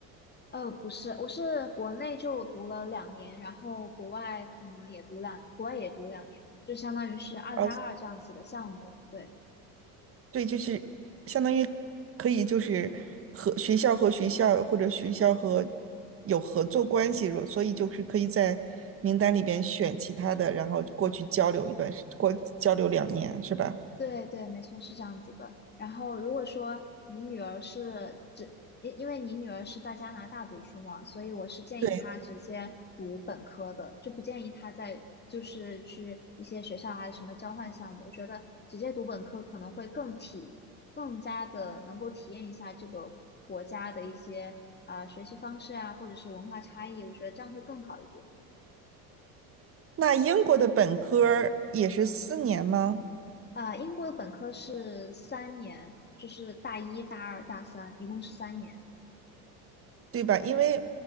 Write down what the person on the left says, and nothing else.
呃，不是，我是国内就读了两年，然后国外可能也读两，国外也读两年，就相当于是二加二这样子的项目。
对。
对对，没错，是这样子的。然后，如果说你女儿是只，因因为你女儿是在加拿大读书嘛，所以我是建议她直接读本科的，
就不建议她在就是去一些学校啊，什么交换项目。我觉得直接读本科可能会更体，更加的能够体验一下这个国家的一些啊、学习方式啊，或者是文化差异，我觉得这样会更好一点。
啊、英国的本科是三年，就是大一、大二、大三，一共是三年。